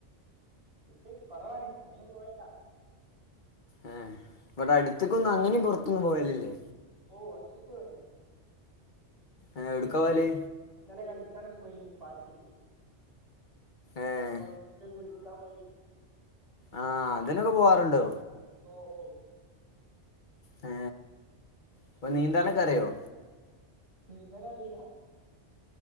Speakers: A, on the right (about 55°); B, on the left (about 45°).
A: ഫുഡ്കുറവാണ് അങ്ങനും പോവല്ല.
B: ആ ഇവിട്ട അടുത്തക്കൊന്ന് അങ്ങനെയ പുറത്തൊന്നന്ന് പോയലല്ലേ?
A: ഓ <unintelligible> <unintelligible>
B: ആ എവിടുക്ക പോകല്
A: നല്ല കളിക്കാനൊക്ക പോയി പാടതേക്
B: ഏഹ്
A: കൊടത്ത് കുളിക്കാൻ പോയി.
B: ആ അതിനൊക്കെ പോവാറുണ്ടോ?
A: ഓ ഓ
B: ഹ അപ്പൊ നീന്താനെക്കെറിയുവോ?
A: നീന്തലറിയില്ല.